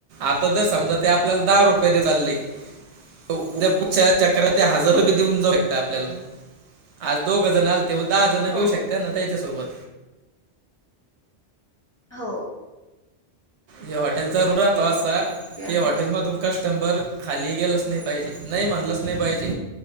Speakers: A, on the right; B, on the left.
A: आता जर समजा ते आपल्याला दहा रुपये दे चालले. उद्या पुढच्या चकात हजार रुपये देऊन जाऊ शकता आपल्याला. आज दोघ जण आले तेव दहा जण
B: हो
A: बी येऊ शकते ना त्याच्यासोबत.
B: हो.
A: हे हॉटेलचा रूर राहातो असा
B: ते आहे
A: की हॉटेल मध तु. कस्टमबर खाली गेलंच नाही पाहिजे नाही म्हणलंच नाही पाहिजे